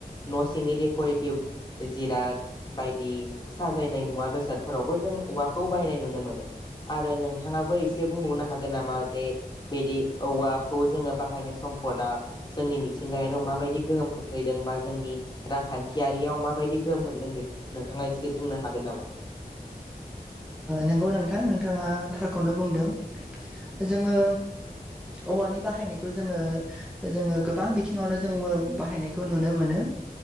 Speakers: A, on the left (about 30°); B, in the centre.
A: न' सिंनि डेक'रेटिभ जिराद बायदि साजायनाय मुवा बेसादफोरावबो जों औवाखौ बायनाय नुनो मोनो आरो नोंथाङाबो एसे बुंबावनो हागोन नामा बेे बिदि औवाखौ जोङो बाहायनाय सम जोंनि मिथिंगारि माबायदि गोहोम खोख्लैदों बा जोंनि रांखान्थियारियाव मा बायदि गोहोम खोख्लैदों बेखौ नोंथाङा एसे बुंनो हागोन नामा
B: नंगौ नोंथां नोंथाङा थारखौनो बुंदों जोङो औवानि बाहायनायखौ जोङो जोङो गोबां बिथिङावनो जों बाहायनायखौ नुनो मोनो